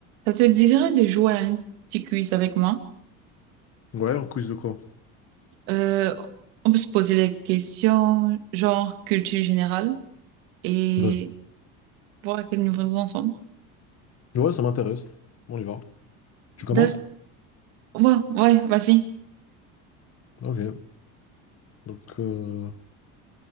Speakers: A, on the right; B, on the left.
A: Ça te dirait de jouer à un petit quiz avec moi?
B: Ouais, un quiz de quoi?
A: Euh, on peut se poser des questions genre culture générale et
B: Vas-y.
A: voir à quel niveau nous en sommes.
B: Ouais, ça m'intéresse. On y va. Tu commences?
A: D'accord. Ouais, ouais, vas-y.
B: Ok. Donc, euh,